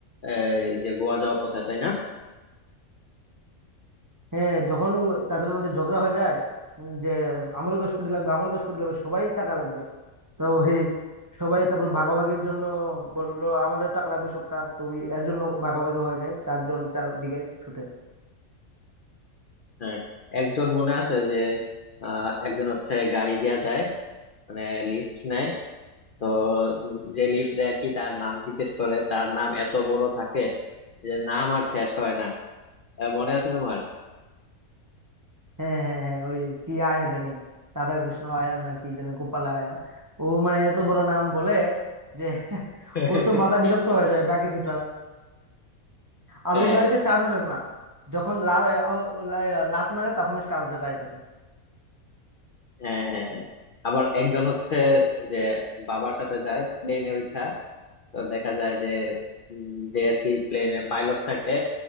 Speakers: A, on the left; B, on the right.
A: আহ, এই যে গোয়া যাওয়ার পথে তাই না
B: হ্যাঁ যখন ওই তাদের মধ্যে ঝগড়া হয়ে যায় উম, যে আমারও দশ কোটি লাগবে আমারও দশ কোটি লাগবে সবাই টাকা লাগবে তো ওই সবাই তারপর ভাগাভাগির জন্য বললো আমারও টাকা লাগবে সবটা তো ওই এর জন্য ভাগাভাগি হয়ে যায় চারজন চারদিকে ছুটে
A: হ্যাঁ একজন মনে আছে যে আহ, একজন হচ্ছে গাড়ি দিয়া যায় মানে লিফট নেয় তো উম, যে লিফট দেয় আর কি তার নাম জিজ্ঞেস করে তার নাম এত বড় থাকে যে নাম আর শেষ হয় না আহ, মনে আছে তোমার
B: হ্যাঁ হ্যাঁ হ্যাঁ ওই কি আয়ার জানি রাধাকৃষ্ণ আয়ার না কি যেন গোপাল আয়ার ও মানে এত বড় নাম বলে যে <laughs>
A: <laughs>
B: ওর তো মাথা বিরক্ত হয়ে যায় বাকি দুটার আর
A: হ্যাঁ
B: ওর গাড়িতে স্টার্ট ওঠে না যখন লা- ও- ও- লা- লাত মারে তখন স্টার্ট ওঠে গাড়িটাতে
A: হ্যাঁ হ্যাঁ হ্যাঁ হ্যাঁ। আবার একজন হচ্ছে যে বাবার সাথে যায় প্লেনে উঠা তো দেখা যায় যে উম, যে আর কি প্লেনে পাইলট থাকে